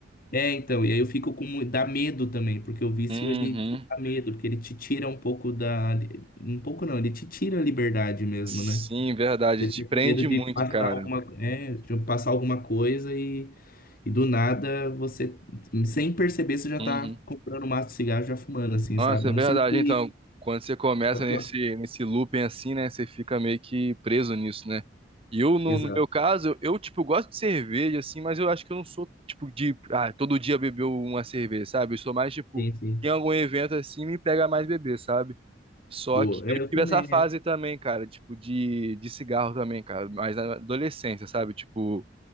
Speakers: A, on the left; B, on the right.
A: É, então, e aí eu fico com, mu- dá medo também, porque o vício,
B: Uhum.
A: ele dá medo, porque ele te tira um pouco da, um pouco não, ele te tira a liberdade mesmo,
B: Sim,
A: né?
B: verdade,
A: Ele
B: te
A: fica
B: prende
A: com medo de
B: muito,
A: passar
B: cara.
A: alguma, é, de passar alguma coisa e, e do nada você sem perceber, você já
B: Uhum.
A: tá comprando um maço de cigarro e já fumando, assim,
B: Nossa,
A: sabe?
B: é
A: Não
B: verdade.
A: sei se
B: Então, quando você começa
A: Pode
B: nesse,
A: falar.
B: nesse looping assim, né? Você fica meio que preso nisso, né? E eu, no,
A: Exato.
B: no meu caso, eu, tipo, gosto de cerveja, assim, mas eu acho que eu não sou, tipo, de, ah, todo dia beber uma cerveja, sabe? Eu sou mais, tipo,
A: Sim, sim.
B: em algum evento assim, me pega mais beber, sabe? Só
A: Boa.
B: que eu
A: É, eu
B: tive
A: também,
B: essa fase
A: é.
B: também, cara, tipo, de, de cigarro também, cara, mas na adolescência, sabe? Tipo,